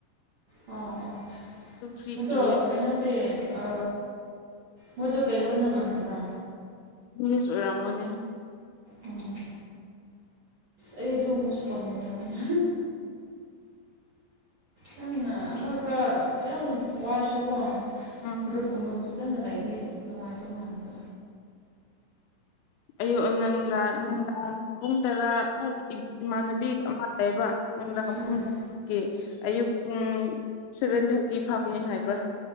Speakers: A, on the right; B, on the left.
A: ꯑꯣ ꯑꯣ
B: ꯑꯗꯨꯝ ꯐ꯭ꯔꯤ
A: ꯑꯗꯣ
B: ꯄꯤꯌꯦ
A: ꯀꯩꯅꯣꯗꯤ ꯑ ꯃꯣꯏꯗꯣ ꯀꯩ ꯂꯣꯟꯗ ꯉꯥꯡꯅꯕ꯭ꯔꯥ
B: ꯏꯪꯂꯤꯁ ꯑꯣꯏꯔꯝꯒꯅꯤ
A: ꯎꯝ ꯑꯩ ꯑꯗꯨꯝꯕꯁꯨ ꯇꯧꯅꯤꯡꯗ꯭ꯔꯝꯅꯤ ꯅꯪꯅ ꯑꯩꯈꯣꯏ ꯈꯔ ꯌꯥꯝ ꯋꯥꯏꯔꯁꯨꯀꯣ
B: ꯎꯝ
A: ꯃꯔꯨꯞꯀꯨꯝꯕ ꯀꯤꯠꯆꯟꯗ ꯂꯩꯔꯗꯤ ꯅꯨꯡꯉꯥꯏꯗꯧ ꯃꯥꯟꯕ
B: ꯑꯌꯨꯛ ꯅꯪꯗ ꯅꯨꯡꯗꯥꯡ ꯄꯨꯡ ꯇꯔꯥ ꯍꯥꯏꯗꯤ ꯏꯃꯥꯟꯅꯕꯤ ꯑꯃ ꯂꯩꯌꯦꯕ ꯅꯨꯡꯗꯥꯡ
A: ꯎꯝ
B: ꯄꯨꯡ
A: ꯑꯦ
B: ꯀꯦ ꯑꯌꯨꯛ ꯄꯨꯡ ꯁꯚꯦꯟ ꯊꯥꯔꯇꯤ ꯐꯥꯎꯅꯤ ꯍꯥꯏꯕ